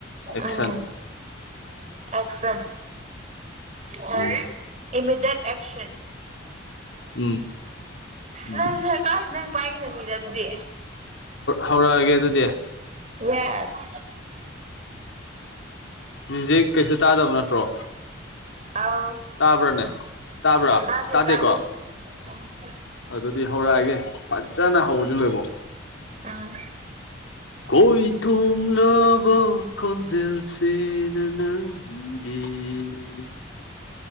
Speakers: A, on the left; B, on the right.
A: ꯑꯦꯛꯁꯟ
B: ꯎꯝ ꯑꯦꯛꯁꯟ ꯀꯔꯤ
A: ꯎꯝ
B: ꯏꯃꯤꯗꯦꯠ ꯑꯦꯛꯁꯟ
A: ꯎꯝ ꯎꯝ
B: ꯅꯪ ꯁꯔꯀ꯭ꯔꯖꯦ ꯅꯪ ꯄꯥꯏꯒꯗ ꯕꯅꯤꯗ ꯑꯗꯨꯗꯤ
A: ꯍꯧꯔꯛꯑꯒꯦ ꯑꯗꯨꯗꯤ
B: ꯌꯦꯁ
A: ꯃꯨꯖꯤꯛ ꯀꯩꯁꯨ ꯇꯥꯗꯕ ꯅꯠꯇ꯭ꯔꯣ
B: ꯑꯧ
A: ꯇꯕ꯭ꯔꯥꯅꯦ ꯇꯕ꯭ꯔꯥ
B: ꯇꯥꯗꯦ
A: ꯇꯗꯦ ꯀꯣ
B: <unintelligible>
A: ꯑꯗꯨꯗꯤ ꯍꯧꯔꯛꯑꯒꯦ ꯐꯖꯅ ꯍꯧꯕꯗꯩ ꯂꯣꯏꯕꯐꯧ
B: ꯑꯥ
A: ꯈꯣꯏ ꯊꯨꯡꯂꯕ ꯀꯣꯟꯖꯦꯜꯁꯤꯅ ꯅꯪꯒꯤ ꯅꯡꯒꯤ